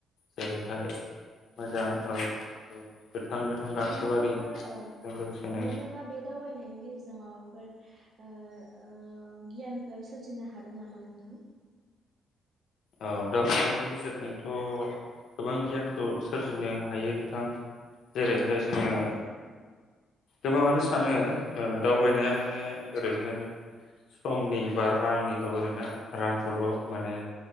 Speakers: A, on the left; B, on the right.
A: जेरैहाय मोजां औ औ गोथां
B: उम
A: गोथां गांसोबारि
B: नोंथांङाबो औ औ
A: बेजों लोगोसेनो
B: नोंथांङा बे दावबायनायनि गेजेरजों माबा माबाफोर ओ ओ गियानफोर सोरजिनो हादों नामा नोंथां?
A: औ दावगानायनि गेजेरजोंथ' गोबां गियानखौ सोरजिनो हायो नोंथां जेरैहाय
B: औ नंगौ
A: जोङो
B: नोंथां
A: गोबाङानो सानो दावबायनाया माने ओरैनो समनि बा रांनिल' ओरैनो रांखौल' माने